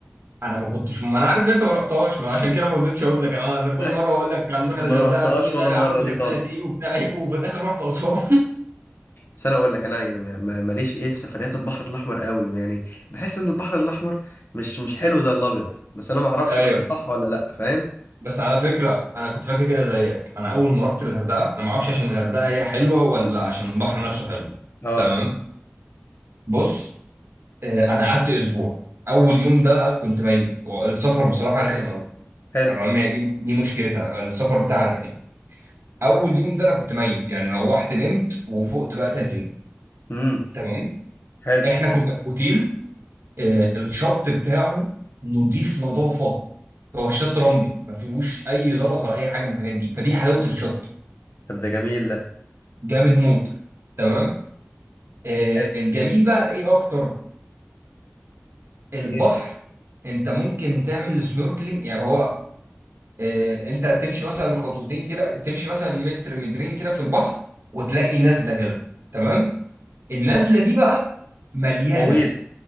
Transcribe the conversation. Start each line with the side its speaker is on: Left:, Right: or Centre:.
Right: انا ما كنتش ما انا عارف ان انت ما رحتهاش ما انا عشان كده ما رضيتش اقول لك انا
Left: <laughs>
Right: انا كل
Left: لا
Right: مره اقول لك هنروح
Left: ما
Right: الغردقه
Left: رحتهاش
Right: تقول لي
Left: ولا
Right: لا يا عم
Left: مره
Right: غردقه
Left: دي خالص
Right: ايه وبتاع ايه وفي الاخر رحت اسوان
Left: بس انا اقول لك انا يعني ما- ما- ماليش ايه في سفريات البحر الاحمر قوي يعني بحس ان البحر الاحمر مش مش حلو زي الابيض بس انا ما اعرفش
Right: <laughs> ايوه
Left: بقى ده صح ولا لا فاهم
Right: بس على فكره انا كنت فاكر كده زيك انا اول ما رحت الغردقه انا ما اعرفش عشان الغردقه هي حلوه ولا عشان البحر نفسه حلو
Left: اه
Right: تمام بص آه، انا قعدت اسبوع اول يوم ده كنت ميت السفر بصراحه رخم قوي
Left: حلو
Right: تمام هي دي دي مشكلتها السفر بتاعها رخم اول يوم ده انا كنت ميت يعني روحت نمت وفقت بقى تاني يوم
Left: امم
Right: تمام
Left: حلو
Right: احنا كنا في اوتيل آه، الشط بتاعه نضيف نظافه هو الشط رملي ما فيهوش اي زلط ولا اي حاجه من الحاجات دي فدي حلاوه الشط
Left: طب ده جميل
Right: جامد موت تمام آه،
Left: حلو
Right: الجميل بقى ايه اكتر البحر
Left: ايه
Right: انت ممكن تعمل سنوركلينج يعني هو آه، انت تمشي مثلا خطوتين كده تمشي مثلا متر مترين كده في البحر وتلاقي نزله كده تمام النزله دي بقى مليانه
Left: غويط